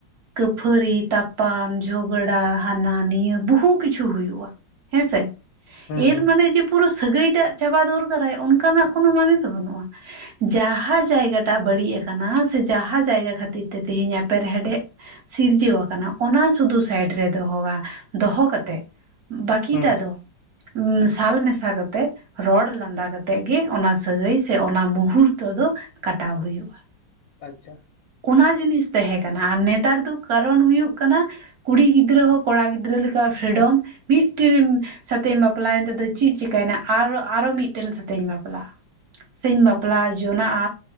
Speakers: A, on the right; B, on the left.
A: ᱠᱟᱹᱯᱟᱹᱨᱤ ᱛᱟᱯ ᱛᱟᱯᱟᱢ ᱡᱷᱚᱜᱽᱲᱟ ᱦᱟᱱᱟ ᱱᱤᱭᱟᱹ ᱵᱚᱦᱩ ᱠᱤᱪᱷᱩ ᱦᱩᱭᱩᱜᱼᱟ ᱾ ᱦᱮᱸ ᱥᱮ,
B: ᱦᱩᱸ
A: ᱮᱨ
B: ᱦᱩᱸ ᱦᱩᱸ
A: ᱢᱟᱱᱮ ᱡᱮ ᱯᱩᱨᱟᱹ ᱥᱟᱹᱜᱟᱹᱭ ᱴᱟᱜ ᱪᱟᱵᱟ ᱫᱚᱨᱠᱟᱨᱟᱭ, ᱚᱱᱠᱟᱱᱟᱜ ᱠᱚᱱᱚ ᱢᱟᱱᱮ ᱫᱚ ᱵᱟᱹᱱᱩᱜᱼᱟ ᱾ ᱡᱟᱦᱟᱸ ᱡᱟᱭᱜᱟ ᱴᱟᱜ ᱵᱟᱹᱲᱤᱡ ᱟᱠᱟᱱᱟ ᱥᱮ ᱡᱟᱦᱟᱸ ᱡᱟᱭᱜᱟ ᱠᱷᱟᱹᱛᱤᱨ ᱛᱮ ᱛᱤᱦᱤᱧ ᱮᱯᱮᱨᱦᱮᱰᱮᱡ ᱥᱤᱨᱡᱟᱹᱣ ᱟᱠᱟᱱᱟ᱾ ᱚᱱᱟ ᱥᱩᱫᱩ ᱥᱟᱭᱤᱰ ᱨᱮ ᱫᱚᱦᱚ ᱜᱟ ᱫᱚᱦᱚ ᱠᱟᱛᱮᱜ ᱵᱟᱹᱠᱤᱴᱟ
B: ᱦᱩᱸ
A: ᱫᱚ ᱥᱟᱞ ᱢᱮᱥᱟ ᱠᱟᱛᱮᱜ ᱨᱚᱲ ᱞᱟᱸᱫᱟ ᱠᱟᱛᱮᱜ ᱜᱮ, ᱚᱱᱟ ᱥᱟᱹᱜᱟᱹᱭ ᱥᱮ ᱚᱱᱟ ᱢᱩᱦᱩᱨᱛᱚ ᱫᱚ ᱠᱟᱴᱟᱣ ᱦᱩᱭᱩᱜᱼᱟ ᱾
B: ᱟᱪᱪᱷᱟ ᱾
A: ᱚᱱᱟ ᱡᱤᱱᱤᱥ ᱛᱟᱦᱮᱸ ᱠᱟᱱᱟ ᱟᱨ ᱱᱮᱛᱟᱨ ᱫᱚ ᱠᱟᱨᱚᱱ ᱦᱩᱭᱩᱜ ᱠᱟᱱᱟ ᱠᱩᱲᱤ ᱜᱤᱫᱽᱨᱟᱹ ᱦᱚᱸ ᱠᱚᱲᱟ ᱜᱤᱫᱽᱨᱟᱹ ᱞᱮᱠᱟ ᱯᱷᱨᱤᱰᱚᱢ, ᱢᱤᱫᱴᱤᱱ ᱥᱟᱛᱮᱧ ᱵᱟᱯᱞᱟ ᱭᱮᱱ ᱛᱮᱫᱚ ᱪᱮᱫ ᱪᱤᱠᱟᱹᱭ ᱮᱱᱟ? ᱟᱨᱚ ᱢᱤᱫᱴᱮᱱ ᱥᱟᱛᱮ ᱤᱧ ᱵᱟᱯᱞᱟᱜᱼᱟ ᱾ ᱥᱮᱧ ᱵᱟᱯᱞᱟ ᱡᱚᱱᱟᱜᱼᱟ,